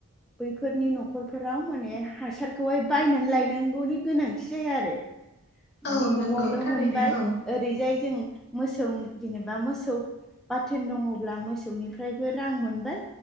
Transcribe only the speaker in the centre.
बैफोरनि न'खरफोराव माने हासारखौहाय बायनानै लायनांगौनि गोनांथि जाया आरो माने
न'आवनो
मोनबाय
ओरैजाय जों मोसौ जेनेबा मोसौ बाथोन दङब्ला मोसौनिफ्रायबो रां मोनबाय